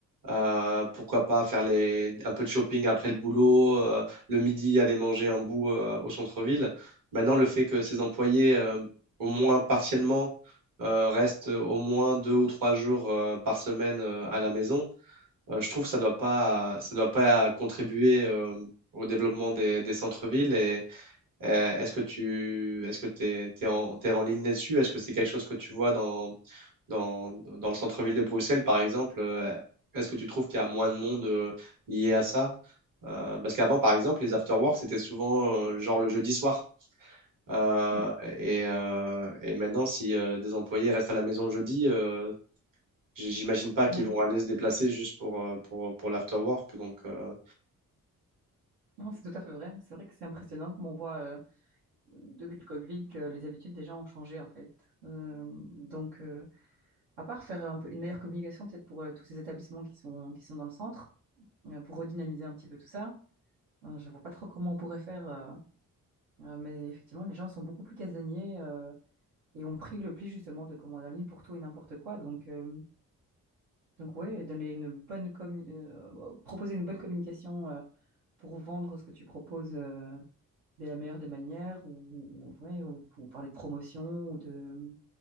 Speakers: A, on the right; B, on the right.
A: euh, pourquoi pas faire les, un peu de shopping après le boulot, euh, le midi aller manger un bout euh, au centre-ville. Maintenant, le fait que ces employés, euh, au moins partiellement, euh, restent au moins deux ou trois jours euh, par semaine euh, à la maison, euh, je trouve que ça doit pas, ça doit pas contribuer euh, au développement des, des centres-villes euh, Est-ce que tu est-ce que t'es, t'es en, t'es en ligne là-dessus? Est-ce que c'est quelque chose que tu vois dans, dans, dans le centre-ville de Bruxelles, par exemple? euh, Est-ce que tu trouves qu'il y a moins de monde euh, lié à ça? Euh, parce qu'avant, par exemple, les after-work, c'était souvent euh, genre le jeudi soir. Euh,
B: Oui.
A: et, euh, et maintenant, si euh, des employés restent à la maison le jeudi, euh, j- j'imagine pas qu'ils
B: Non,
A: vont aller se déplacer juste pour, euh, pour, pour l'after-work. Donc, euh,
B: non, c'est tout à fait vrai. C'est vrai que c'est impressionnant comme on voit euh, depuis le Covid que les habitudes des gens ont changé en fait. Euh, donc, euh, à part faire un peu une meilleure communication peut-être pour euh, tous ces établissements qui sont, qui sont dans le centre, euh, pour redynamiser un petit peu tout ça. Euh, Je vois pas trop comment on pourrait faire. euh, Euh, mais effectivement, les gens sont beaucoup plus casaniers euh, et ont pris le pli justement de commander en ligne pour tout et n'importe quoi. Donc, euh, donc ouais, donner une bonne commu- euh, euh, proposer une bonne communication euh, pour vendre ce que tu proposes euh, de la meilleure des manières ou, ou- ouais, ou pour parler de promotion ou de,